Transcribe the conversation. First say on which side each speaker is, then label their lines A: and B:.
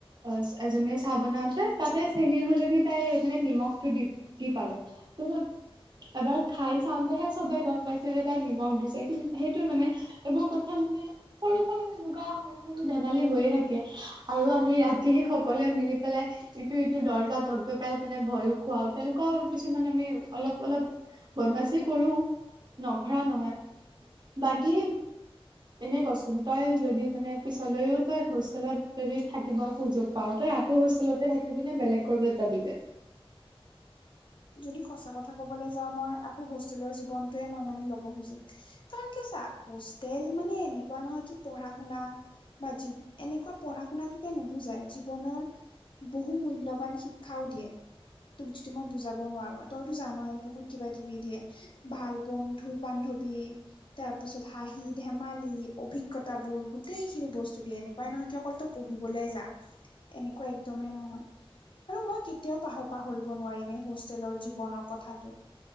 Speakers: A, on the right; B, on the left.
A: অ, এজনীয়ে চাহ বনাওতে তাতে চেনী সলনি তাই মানে নিমখটো দি দি পালে তত এবাৰ খাই চাওতেহে চবে গম পাইছে যে তাই নিমখ দিছে কিন্ত সেইটো মানে এইবোৰ কথা মানে সৰু - সৰু এনেকোৱা সৰু - সৰু ধ সালি হৈয়ে থাকে আৰু আমি ৰাতি সকলোৱে মিলি পেলাই ইটো ইটো দৰ্জা ধক ধকাই মানে ভয়ো খুৱাও তেনেকুৱাও কিছুমান আমি অলপ - অলপ বদমাছি কৰো নখৰা নহয় বাকী এনে কচোন তই যদি মানে পিছ লেও তই হোষ্টেলত যদি থাকিবৰ সুযোগ পাও তই আকৌ হোষ্টেলতে থাকি পিনে বেলেগ কৰবাত যাবিগে।
B: যদি সঁচা কথা ক'বলৈ যাও মই আকৌ হোষ্টেলৰ জীৱনটোৱে মই মানে ল'ব খুজিম। কাৰণ কে আছা হোষ্টেল মানে এনেকুৱা নহয় কি পঢ়া শুনা বা এনেকুৱা পঢ়া শুনাতোকে নোবুজাই জীৱনৰ বহু মূল্যবান শিক্ষাও দিয়ে তোক যিটো মই বুজাব নোৱাৰো তইতো জানয়েই বহুত কিবা কিবি দিয়ে ভাল বন্ধু বান্ধৱী। তাৰ পিছত হাঁহি ধেমালি অভিজ্ঞতা বোৰ গোটেইখিনি বস্তু দিয়ে এনেকুৱাই নহয় অকলতু পঢ়িবলৈ যা এনেকুৱা একদমেই নহয়। আৰু মই কেতিয়াও পাহৰ পাহৰিব নোৱাৰিম এই হোষ্টেলৰ জীৱনৰ কথাটো।